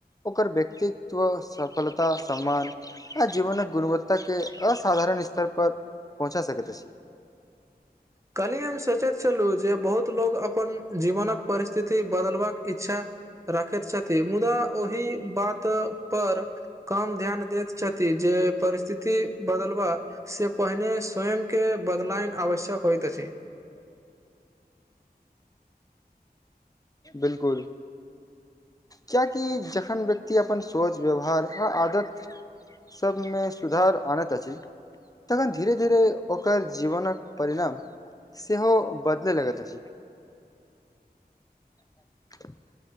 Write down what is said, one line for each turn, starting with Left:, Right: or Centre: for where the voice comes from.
Left: ओकर व्यक्तित्व सफलता सम्मान आ जीवनक गुणवत्ताके असाधारण अस्तर पर पहुँचा सकैत अछि
Right: कल्हि हम सोचैत छलु जे बहुत लोक अपन जीवनक परिस्थिति बदलबाक इच्छा राखैत छथि मुदा ओहि बात पर कम ध्यान दैत छथि जे परिस्थिति बदलवा से पहिने स्वयं के बदलायन आवश्यक होयइत अछि
Left: बिल्कुल कियाकि जखन व्यक्ति अपन सोच व्यवहार आ आदत सबमे सुधार अनैत अछि तखन धीरे धीरे ओकर जीवनक परिणाम सेहों बदले लगैत अछि <inaudible>